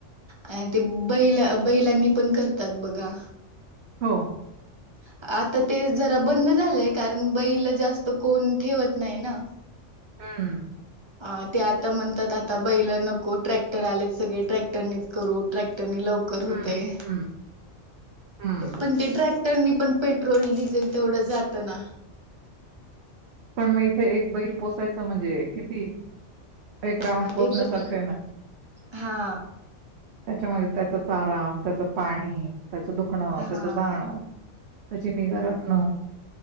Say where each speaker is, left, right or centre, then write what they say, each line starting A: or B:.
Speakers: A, on the right; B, on the right.
A: आणि ते बैला बैलांनी पण करतात बघा.
B: हो.
A: <inaudible> आता ते जरा बंद झालंय कारण बैल जास्त कोण ठेवत नाही ना.
B: हम्म.
A: ह ते आता म्हणतात आता बैला नको ट्रॅक्टर आलेत सगळे ट्रॅक्टरनेच करू ट्रॅक्ट रने लवकर होतय
B: हं, हं, हं.
A: पण ते ट्राक रनी पण पेट्रोल डिझेल तेवढं जात ना.
B: पण मग इथे एक बैल पोसायचं म्हणजे किती एक
A: हा
B: राऊंड पोचण्यासारखं
A: ते पण
B: आहे ना
A: हा
B: त्याच्या माग त्याचाच चारा त्याचं पाणी त्याच दुखणं
A: हा
B: त्याच बाण त्याची निगा राखणं